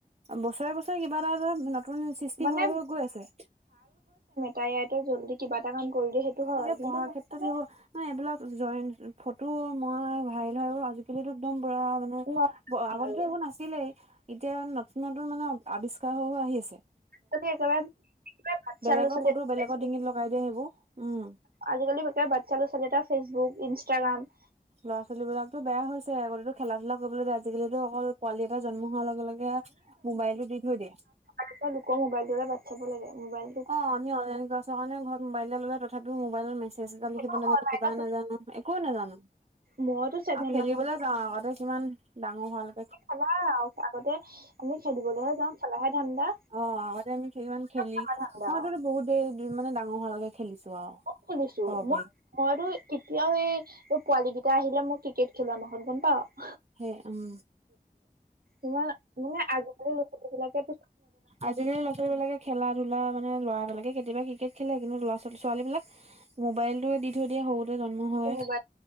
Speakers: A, on the right; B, on the right.
A: বছৰে বছৰে কিবা এটা এটা নতুন সৃষ্টি
B: মানে
A: হৈ হৈ গৈ আছে।
B: তাই ইয়াতে জল্দি কিবা এটা কাম কৰি দিয়ে সেইটো হয়
A: আৰু
B: কিন্তু
A: পঢ়াৰ ক্ষেত্ৰত
B: মানে
A: সেইবোৰ নহয়। এইবিলাক জয়, ফটো মৰাই ভাইৰেল হয়। আজিকালিতো একদম পুৰা মানে
B: ন
A: আগতেতো
B: আৰু
A: একো নাছিলেই। এতিয়া নতুন-নতুন মানে আৱিষ্কাৰো আহি আছে।
B: আজিকালি একেবাৰে একেবাৰে বাচ্ছা
A: বেলেগৰ
B: ল'ৰা ছোৱালী
A: ফটো বেলেগৰ ডিঙিত লগাই দিয়ে সেইবোৰ। উম
B: আজিকালি বাচ্ছা লৰা-ছোৱালী এটাৰ ফেচবুক, ইনষ্টাগ্ৰাম,
A: ল'ৰা ছোৱালী বিলাকতো বেয়া হৈছে, আগতেটো খেলা- ধূলা, আজিকালিতো অকল পোৱালি এটা জন্ম হোৱাৰ লগে-লগে মোবাইলটো দি থৈ দিয়ে।
B: আকৌ লোকৰ মোবাইল টোলে বাট চাব লাগে। মোবাইল
A: অ' আমি অনলাইন ক্লছৰ কাৰণে ঘৰত মোবাইলে ললে তথাপিও মোবাইল, মেছেজ এটা
B: সেইটো
A: লিখিব নাজানো,
B: অনলাইনত
A: কিবা নাজানো, একো নাজানো।
B: মইতো ছেভেন
A: আৰু খেলিবলৈ
B: মান
A: যাও আগতে কিমান ডাঙৰ হোৱা লৈকে।
B: খেলাই আৰু আগতে আমি খেলিবলৈ হে যাওঁ খেলাহে ধান্দা।
A: অ', আগতে আমি কিমান খেলিলো।
B: খেলা ধান্দা
A: মইতো
B: আৰু
A: বহুত দিন মানে ডাঙৰ হোৱালৈকে, খেলিছো আৰু
B: মই খেলিছো
A: ক'ব
B: মই-মইতো
A: পাৰি
B: এতিয়াও এই তোৰ পোৱালী কেইটা আহিলে মই ক্ৰিকেট খেলোৱা মানুহ গম পাৱ?
A: সেই উম,
B: তোমাৰ মানে আজিকালি ল' ছোৱালী বিলাকে
A: আজিকালি ল'ৰা-ছোৱালী বিলাকে খেলা- ধূলা মানে ল'ৰাবিলাকে কেতিয়া কেতিয়াবা ক্ৰিকেট খেলে। কিন্তু লৰা-ছোৱালী বিলাক মোবাইলটোৱে দি থৈ দিয়ে সৰুতে। জন্ম হয়ে
B: মোবাইল